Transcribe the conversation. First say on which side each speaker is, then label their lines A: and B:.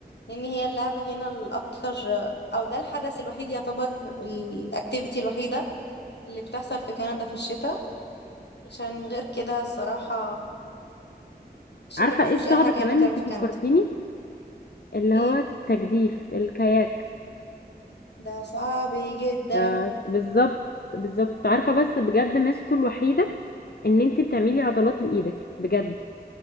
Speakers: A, on the left (about 80°); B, on the left (about 65°).
A: لان هي اللعبه هنا الاكتر او ده الحدث الوحيد يعتبر الاكتيفيتي الوحيده اللي بتحصل في كندا في الشتاء عشان غير كده الصراحه الشتاء
B: عارفه
A: ما فيهوش
B: ايه الصعب
A: اي حاجه
B: كمان
A: هنا تعمل
B: انت
A: في كندا
B: فكرتيني اللي
A: ايه
B: هو التجديف الكاياك
A: ده صعب جدا
B: ده بالظبط بالظبط عارفه بس بجد ميزته الوحيده ان انت بتعملي عضلات لايدك بجد